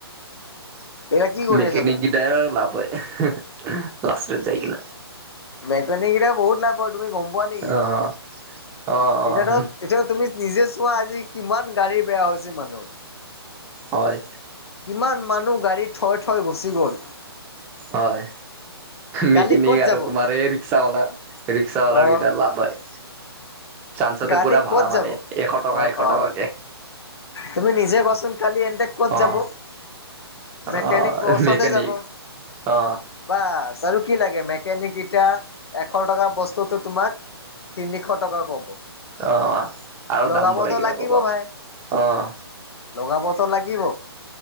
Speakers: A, on the right (about 15°); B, on the left (about 75°).
A: <inaudible>
B: এতিয়া কি কৰি
A: মেকানিকি
B: আছা তুমি
A: গিডাৰৰ লাভ হয় লাষ্টত যায় কি নে।
B: মেকেনিক কেইটা বহুত লাফ হয় তুমি গম পোৱা নেকি?
A: অ অ', অ',
B: এতিয়া ধৰ এতিয়া তুমি নিজে চোৱা আজি কিমান গাড়ী বেয়া হৈছে মানুহ
A: হয়।
B: কিমান মানুহ গাড়ী থৈ -থৈ গুচি গ'ল।
A: হয় মেকিনিক
B: কালি ক'ত যাব
A: আৰু তোমাৰ এই ৰিক্সাৱলাৰ। ৰিক্সাৱালাৰ
B: অ'।
A: কেইটাৰ লাভ হয়। চান্সতে
B: কালি
A: পুৰা ভাড়া
B: ক'ত
A: মাৰে
B: যাব?
A: এশ টকা-
B: অ',
A: এশ
B: অ',
A: টকাকে।
B: তুমি নিজে কোৱাচোন কালি এন্তে ক'ত
A: অ
B: যাব মেকেনিক
A: অ
B: প্ৰচতে
A: মেকানিক
B: যাব।
A: অ
B: বাচ আৰু কি লাগে মেকানিক এতিয়া এশ টকাৰ বস্তুটো তোমাক তিনিশ টকা ক'ব।
A: অ, আৰু
B: লগাবতো
A: দাম বঢ়ায় কিনে
B: লাগিব
A: ক'ব অহ।
B: ভাই লগাবতো লাগিব।